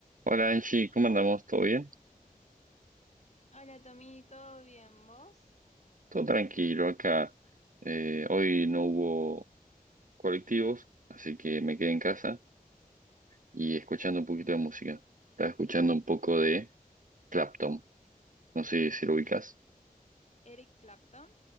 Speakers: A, on the right; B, on the left.
A: Hola Angie, ¿cómo andamos? ¿Todo bien?
B: Hola Tommy, ¿todo bien? ¿Vos?
A: Todo tranquilo acá. Eh, hoy no hubo colectivos, así que me quedé en casa y escuchando un poquito de música. Estaba escuchando un poco de Clapton. No sé si lo ubicas.
B: ¿Eric Clapton?